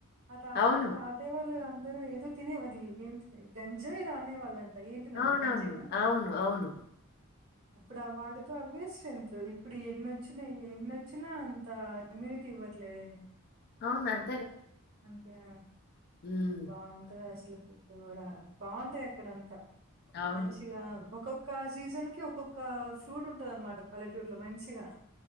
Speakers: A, on the right; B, on the left.
A: మా తాత
B: అవును
A: తోటి పా ట్లో అందరు ఏది తినే అది, ఏంటిది గంజో ఏదో ఆనేవాళ్ళం. అయి ఏంటిదండి
B: అవునవును
A: గంజేనా?
B: అవును అవును
A: అప్పుడు ఆ వాటితో అవే స్ట్రెంత్, ఇప్పుడు ఎన్నిచ్చినయ్ ఎన్నొచ్చినా అంత ఇమ్యూనిటీ ఇవ్వట్లేదేమి
B: అవునన్
A: అంతే
B: ఉమ్
A: బాగుంటం దస ఫుడ్ గుడా బాగుంటది అక్కడంతా,
B: అవును
A: మంచిగా ఒక క సీజన్ కి ఒక్కొక్క ఫ్రూట్ ఉంటుందన్నమాట పల్లెటూరులో మంచిగా.